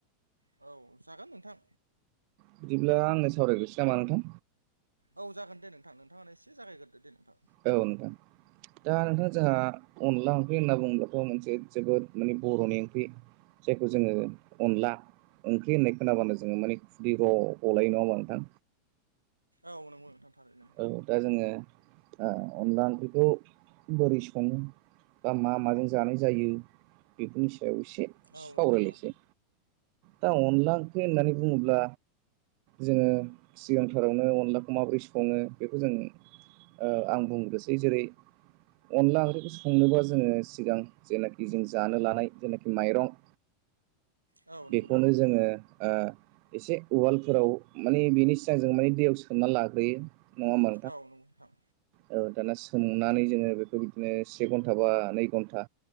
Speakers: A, on the right (about 85°); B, on the right (about 45°).
A: औ। जागोन नोंथां
B: बिदिब्ला आंनो सावरायग्रोसो नामा नोंथां?
A: औ जागोन दे नोंथां नोंथाङा एसे जागायगोरदोे दे नोंथां।
B: औ नोंथां। दा नोंथाङा जोंहा अनला ओंख्रि होनना बुङोबाथ' मोनसे जोबोद माने बर'नि ओंख्रि। जायखौ जोङो अनला ओंख्रि होननाय खोनाबानो जोङो माने खुदै र' गलायो नङा होमा नोंथां।
A: औ नोंगौ नोंथां। थारैनो
B: औ दा जोङो ओ अनला ओंख्रिखौ बोरै सङो बा मा माजों जानाय जायो बेफोरनि सायाव एसे
A: औ
B: सावरायलायसै।
A: नंगौ नोंथां
B: दा अनला ओंख्रि होननानै बुङोब्ला जोङो सिगांथारावनो अनलाखौ माबोरै सङो बेखौ जों ओ आं बुंग्रोसै जेरै अनला ओंख्रिखौ संनोबा जोङो सिगां जेनाखि जों जानो लानाय जेनाखि माइरं
A: औ नंगौ
B: बेखौनो
A: नोंथां
B: जोङो ओ एसे उवालफोराव माने बेनि सिगां जों माने दैयाव सोमना लाग्रोयो। नङा होमबा
A: औ नोंथां।
B: औ दाना सोमनानै जोङो बेखौ बिदिनो से घन्टा बा नै घन्टा